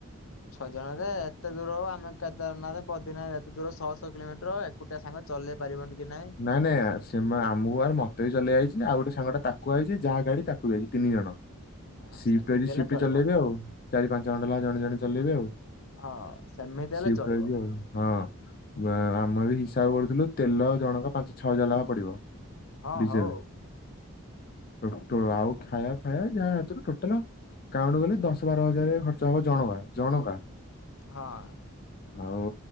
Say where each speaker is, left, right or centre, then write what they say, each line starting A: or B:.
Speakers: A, on the left; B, on the left.
A: ଛଅ ଜଣରେ ଏତେ ଦୂର ଆମେ କେଦାରନାଥ, ବଦ୍ରିନାଥ ଏତେ ଦୂର ଛହଶହ କିଲୋମିଟର <unintelligible> ସାଙ୍ଗ ଚଲେଇ ପାରିବନି କି ନାଇଁ।
B: ନାଇଁ ନାଇଁ ସେ ଆମକୁ ମତେ ବି ଚଲେଇଆଇଛି ନା ଆଉ ଗୋଟେ ସାଙ୍ଗଟା ତାକୁ ଆଇଛି ଯାହା ଗାଡ଼ି ତାକୁ ବି ଆଇଛି ତିନି ଜଣ।
A: ହଁ
B: ସିପ୍ଟି
A: ସେମିତି
B: ବାଇ
A: ହେଲେ
B: ସିପ୍ଟି
A: ଚଳିବ
B: ଚଲେଇବେ ଆଉ ଚାରି ପାଞ୍ଚ ଘଣ୍ଟା ହେଲା ଜଣେ ଜଣେ ଚଲେଇବେ ଆଉ।
A: ହଁ ସେମିତି
B: ସିଫ୍ଟ
A: ହେଲେ ଚଳିବ।
B: ୱାଇଜ ଆଉ ହଁ ଆମେ ବି ହିସାବ କରୁଥିଲୁ ତେଲ ଜଣକା ପାଞ୍ଚ ଛଅ ହଜାର ଲେଖା ପଡିବ।
A: ହଁ
B: ଡିଜେଲ
A: ହଉ।
B: ଟୋ ଟୋ ଆଉ ଖାଇବା ଫାଇବା ଯାହା ହାତରୁ ଟୋଟାଲ କାଉଣ୍ଟୁ କଲେ ଦଶ ବାର ହଜାର ଖର୍ଚ୍ଚ ହବ ଜଣକା ଜଣକା।
A: ହଁ।
B: ଆଉ